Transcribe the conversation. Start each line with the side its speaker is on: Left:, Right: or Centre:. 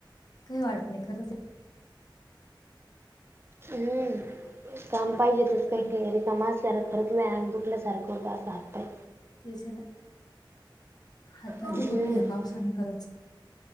Left: काही वाटत नाही खरंच
Right: हम्म. काम पाहिजे. तेच काही
Left: हात
Right: काही रिकाम असल्यान खरच लय अंग दुखल्यासारखं होतं असं. हातपाय,
Left: तेच है ना. हात पाय
Right: हम्म
Left: दुखून राहिले या पावसाने खरच.